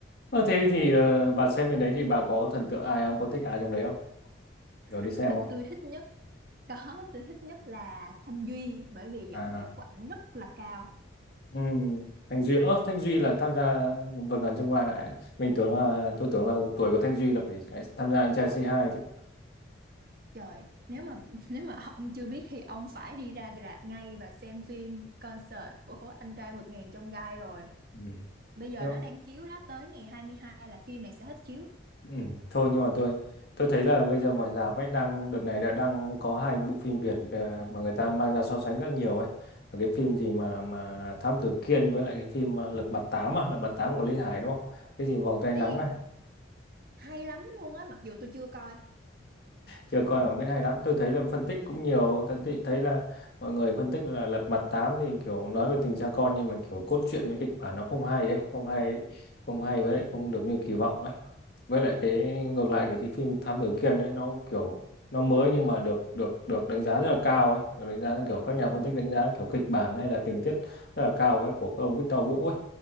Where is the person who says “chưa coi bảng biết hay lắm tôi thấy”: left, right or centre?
Left